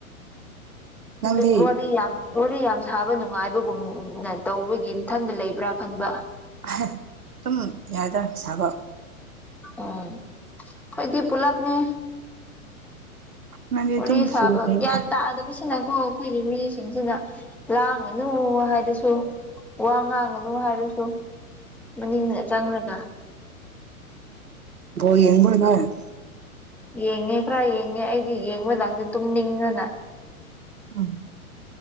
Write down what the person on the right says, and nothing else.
ꯅꯪꯗꯤ
<unintelligible> ꯁꯨꯝ <unintelligible> ꯁꯥꯕ
ꯅꯪꯗꯤ
ꯑꯗꯨꯝ
ꯐ꯭ꯔꯤ ꯂꯩꯌꯦꯅ
ꯕꯣꯜ ꯌꯦꯡꯕ꯭ꯔꯣ ꯅꯣꯏ?
ꯎꯝ